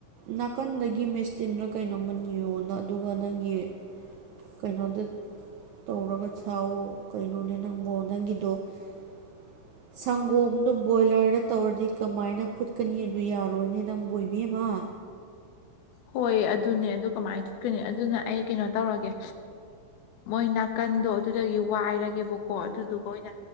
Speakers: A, on the right (about 80°); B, on the left (about 80°).
A: ꯅꯥꯀꯟꯗꯒꯤ ꯃꯦꯁꯇꯤꯟꯗ ꯀꯩꯅꯣꯝꯃ ꯅꯤꯌꯣꯅ ꯑꯗꯨꯒ ꯅꯪꯒꯤ ꯀꯩꯅꯣꯗ ꯇꯧꯔꯒ ꯆꯥꯎꯋꯣ ꯀꯩꯅꯣꯅꯦ ꯅꯪꯕꯣ ꯅꯪꯒꯤꯗꯣ <inaudible> ꯁꯪꯒꯣꯝꯗꯣ ꯕꯣꯏꯂꯔꯗ ꯇꯧꯔꯗꯤ ꯀꯃꯥꯏꯅ ꯐꯨꯠꯀꯅꯤ ꯑꯗꯨ ꯌꯥꯔꯣꯏꯅꯦ ꯅꯪꯕꯨ ꯏꯕꯦꯝꯃ
B: ꯍꯣꯏ ꯑꯗꯨꯅꯦ ꯑꯗꯨ ꯀꯃꯥꯏꯅ ꯊꯤꯠꯀꯅꯤ ꯑꯗꯨꯅ ꯑꯩ ꯀꯩꯅꯣ ꯇꯧꯔꯒꯦ ꯃꯣꯏ ꯅꯥꯀꯟꯗꯣ ꯑꯗꯨꯗꯒꯤ ꯋꯥꯏꯔꯒꯦꯕꯀꯣ ꯑꯗꯨꯗꯨꯒ ꯑꯣꯏꯅ